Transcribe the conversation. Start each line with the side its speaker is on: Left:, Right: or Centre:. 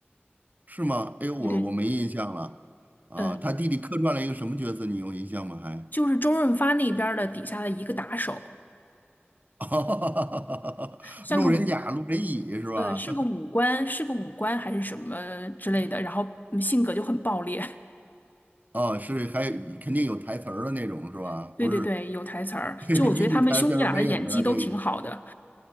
Right: 是吗？哎呦，我我没印象了啊。
Left: <laughs> 对对。嗯，
Right: 他弟弟客串了一个什么角色？你有印象吗？还？
Left: 就是周润发那边儿的底下的一个打手，
Right: <laughs>
Left: 像个武，
Right: 路人甲、路人乙是吧？
Left: 呃，是个武官，是个武官还是什么之类的，然后嗯性格就很暴烈。
Right: <laughs> 啊，是，还有肯定有台词儿的那种是吧？
Left: <laughs> 对对对，
Right: 不是
Left: 有台词儿。
Right: <laughs>
Left: 就我觉得他们兄弟俩的演技都挺好的。
Right: 一句台词儿没有的这个